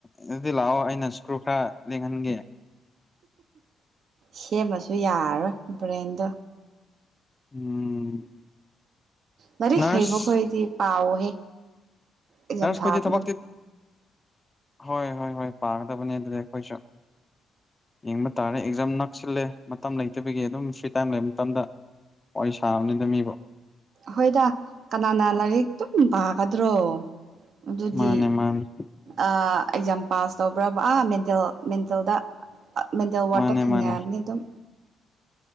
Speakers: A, on the left; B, on the right.
A: ꯑꯗꯨꯗꯤ ꯂꯥꯛꯑꯣ ꯑꯩꯅ ꯁꯀ꯭ꯔꯨ ꯈꯔ ꯂꯦꯡꯍꯟꯒꯦ
B: ꯁꯦꯝꯃꯁꯨ ꯌꯥꯔꯣꯏ ꯕ꯭ꯔꯦꯟꯗꯣ
A: ꯎꯝ
B: ꯂꯔꯤꯛ
A: ꯅꯔꯁ
B: ꯍꯩꯕ ꯈꯣꯏꯗꯤ ꯄꯥꯎꯍꯦ ꯑꯦꯛꯖꯥꯝ
A: ꯅꯔꯁꯈꯖꯤ
B: ꯊꯥꯕꯗ
A: ꯊꯕꯛ ꯆ ꯍꯣꯏ ꯍꯣꯏ ꯍꯣꯏ ꯄꯥꯒꯗꯕꯅꯦ ꯑꯗꯨꯗꯤ ꯑꯩꯈꯣꯏꯁꯨ ꯌꯦꯡꯕ ꯇꯥꯔꯦ ꯑꯦꯛꯖꯥꯝ ꯅꯛꯁꯤꯜꯂꯦ ꯃꯇꯝ ꯂꯩꯇꯕꯒꯤ ꯑꯗꯨꯝ ꯐ꯭ꯔꯤ ꯇꯥꯏꯝ ꯂꯩꯕ ꯃꯇꯝꯗ ꯑꯣꯏꯁꯥꯕꯅꯤꯗꯝꯃꯤꯕ
B: ꯍꯣꯏꯗ ꯀꯅꯥꯅ ꯂꯥꯏꯔꯤꯛ ꯑꯗꯨꯝ ꯄꯥꯒꯗ꯭ꯔꯣ ꯑꯗꯨꯗꯤ
A: ꯃꯥꯅꯦ ꯃꯥꯅꯦ
B: ꯑꯦꯛꯖꯥꯝ ꯄꯥꯁ ꯇꯧꯕ꯭ꯔꯕ ꯑꯥ ꯃꯦꯟꯇꯦꯜ ꯃꯦꯟꯇꯦꯜꯗ ꯃꯦꯟꯇꯦꯜ ꯋꯥꯠꯇ
A: ꯃꯥꯅꯦ
B: ꯊꯦꯡꯅꯔꯅꯤ
A: ꯃꯥꯅꯦ
B: ꯑꯗꯨꯝ